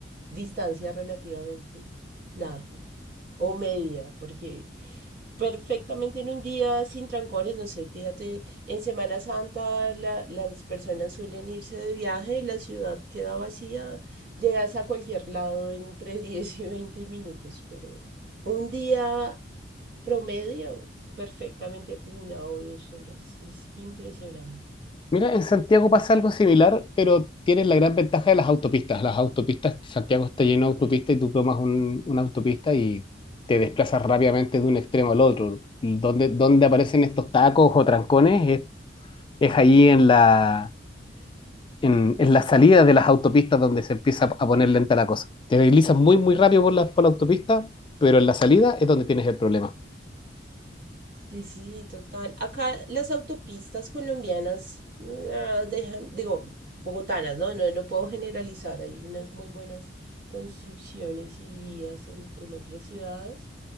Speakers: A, on the right; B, on the left.
A: distancia relativamente larga o media, porque Perfectamente en un día sin trancones, no sé, fíjate, en Semana Santa la- las personas suelen irse de viaje, la ciudad queda vacía, llegas a cualquier lado entre <laughs> 10 y 20 minutos, pero un día promedio, perfectamente una o dos horas, es impresionante.
B: Mira, en Santiago pasa algo similar, pero tienes la gran ventaja de las autopistas. Las autopistas, Santiago está lleno de autopistas y tú tomas un- una autopista y te desplazas rápidamente de un extremo al otro. Donde, donde aparecen estos tacos o trancones es, es ahí en la, en, en la salida de las autopistas donde se empieza a poner lenta la cosa. Te deslizas muy, muy rápido por la, por la autopista, pero en la salida es donde tienes el problema.
A: Sí, sí, total. Acá las autopistas colombianas ah, dejan, digo, bogotanas, ¿no? No, no puedo generalizar. Hay unas muy buenas construcciones y vías en, en otras ciudades,